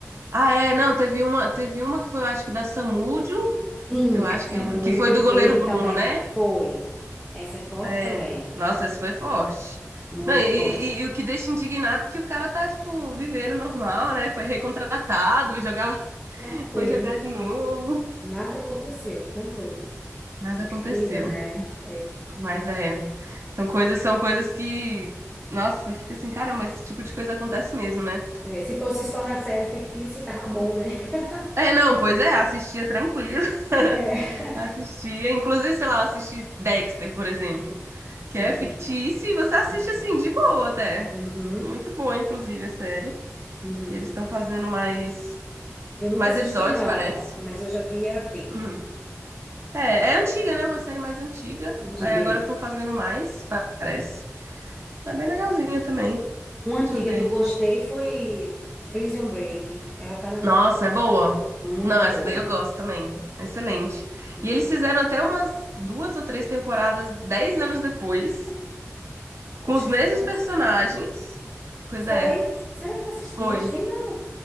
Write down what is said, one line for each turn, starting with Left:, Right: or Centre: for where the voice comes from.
Right: Ah, é, não, teve uma, teve uma que foi, eu acho que da Samúdio,
Centre: Sim,
Right: eu acho que,
Centre: Samúdio
Right: que foi do goleiro
Centre: teve
Right: Bruno,
Centre: também,
Right: né?
Centre: foi. Essa é forte
Right: É.
Centre: também,
Right: Nossa, isso foi forte.
Centre: muito
Right: Não, e,
Centre: forte.
Right: e- e o que deixa indignado é que o cara tá, tipo, vivendo normal, né? Foi recontratado, jogava, <laughs>
Centre: Tranquilo.
Right: foi jogar de novo.
Centre: Nada aconteceu, tranquilo.
Right: Nada
Centre: Incrível,
Right: aconteceu.
Centre: né?
Right: Mas é, são coisas, são coisas que, nossa, você fica assim, caramba, esse tipo de coisa acontece mesmo, né?
Centre: É, se fosse só na série fictícia, tava bom, né? <laughs>
Right: É, não, pois é, assistia tranquilo, <laughs>
Centre: É.
Right: assistia, inclusive, sei lá, eu assisti Dexter, por exemplo, que
Centre: Hum,
Right: é fictício e você
Centre: sim.
Right: assiste assim, de boa até.
Centre: Uhum,
Right: Muito boa, inclusive, a série.
Centre: uhum.
Right: E eles estão fazendo mais,
Centre: Eu nunca
Right: mais
Centre: assisti,
Right: episódios,
Centre: não,
Right: parece.
Centre: mas eu já vi a crítica.
Right: Uhum. É, é antiga, né? Uma série mais antiga.
Centre: Diga
Right: Aí agora
Centre: aí.
Right: estão fazendo mais, parece. É bem legalzinha também.
Centre: Uma antiga
Right: Deixa eu ver.
Centre: que eu gostei foi Prison Break. Ela tá na Netflix.
Right: Nossa, é boa.
Centre: Muito
Right: Não, essa
Centre: boa.
Right: daí eu gosto também. Excelente.
Centre: Hum.
Right: E eles fizeram até umas duas ou três temporadas dez anos depois, com
Centre: Oxe,
Right: os mesmos
Centre: foi.
Right: personagens. Pois
Centre: Foi?
Right: é,
Centre: Será que eu assisti?
Right: foi.
Centre: Acho que não.